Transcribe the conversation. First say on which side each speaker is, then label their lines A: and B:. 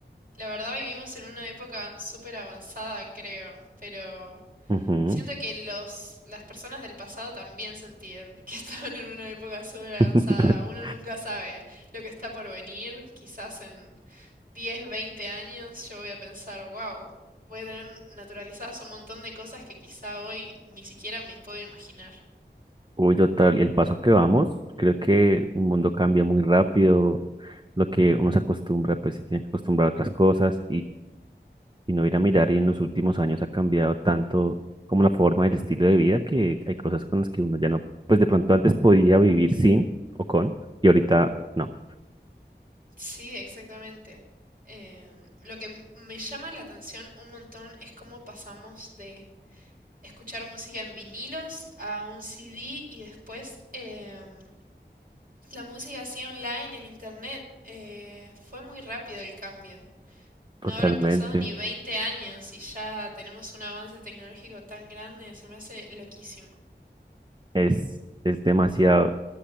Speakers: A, on the right; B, on the right.
A: la verdad vivimos en una época súper avanzada, creo, pero
B: Ujú.
A: Siento que los, las personas del pasado también sentían que <laughs> estaban en una época súper
B: <laughs>
A: avanzada. Uno nunca sabe lo que está por venir. Quizás en 10 20 años yo voy a pensar, wow, voy a tener naturalizadas un montón de cosas que quizá hoy ni siquiera me puedo imaginar.
B: Uy, total. Y el paso que vamos, creo que el mundo cambia muy rápido. Lo que uno se acostumbra, pues se tiene que acostumbrar a otras cosas y no ir a mirar y en los últimos años ha cambiado tanto como la forma y el estilo de vida que hay cosas con las que uno ya no, pues de pronto antes podía vivir sin o con y ahorita no,
A: Sí, exactamente. Eh, lo que m- me llama la atención un montón es cómo pasamos de escuchar música en vinilos a un CD y después... em, La música así online en internet eh, fue muy rápido el cambio.
B: totalmente.
A: No habrán pasado ni 20 años y ya tenemos un avance tecnológico tan grande, se me hace loquísimo.
B: Es, es demasiado,